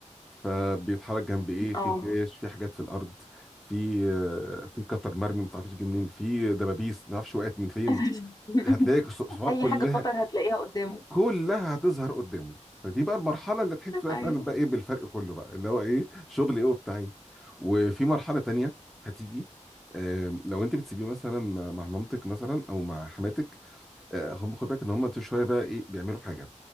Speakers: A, in the centre; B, on the left.
A: فبيتحرك جنب ايه في
B: اه
A: فيش في حاجات في الارض في آه، في قطر مرمي ما تعرفش جه منين في دبابيس ما تعرفش وقعت من فين
B: <laughs>
A: هتلاقي الصفحات
B: اي
A: كلها
B: حاجه خطر هتلاقيها قدامه
A: كلها هتظهر قدامه فدي بقى المرحله اللي تحس بقى
B: أيوة.
A: فعلا بقى ايه بالفرق كله بقى اللي هو ايه شغل ايه وبتاعي وفي مرحله تانية هتيجي آم، لو انت بتسيبيه مثلا مع مامتك مثلا او مع حماتك آه، هم خد بالك ان هم شويه بقى ايه بيعملوا حاجه